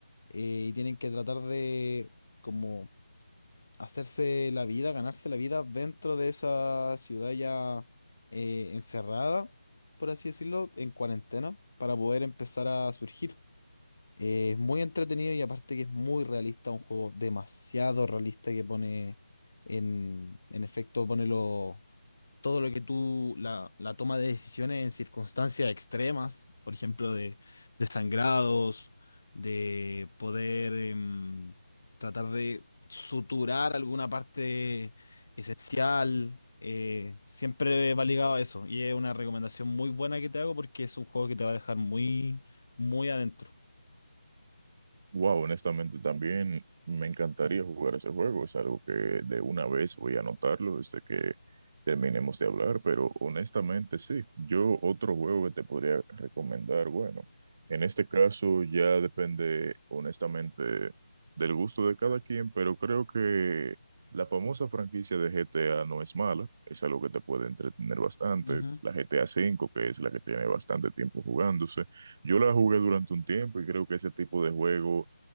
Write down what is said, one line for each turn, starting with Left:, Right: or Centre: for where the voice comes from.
Left: eh, y tienen que tratar de como hacerse la vida, ganarse la vida dentro de esa ciudad ya eh, encerrada, por así decirlo, en cuarentena, para poder empezar a surgir. Eh, Es muy entretenido y aparte que es muy realista, un juego demasiado realista que pone en, en efecto, pone lo- todo lo que tú, la, la toma de decisiones en circunstancias extremas, por ejemplo, de, de sangrados, de poder em, tratar de suturar alguna parte esencial, eh, siempre va ligado a eso. Y es una recomendación muy buena que te hago porque es un juego que te va a dejar muy, muy adentro.
Right: Wow, honestamente también me encantaría jugar ese juego. Es algo que de una vez voy a anotarlo desde que terminemos de hablar, pero honestamente sí. Yo otro juego que te podría recomendar, bueno, en este caso ya depende honestamente del gusto de cada quien, pero creo que la famosa franquicia de GTA no es mala. Es algo que te puede entretener bastante.
Left: Ujú.
Right: La GTA V, que es la que tiene bastante tiempo jugándose. Yo la jugué durante un tiempo y creo que ese tipo de juego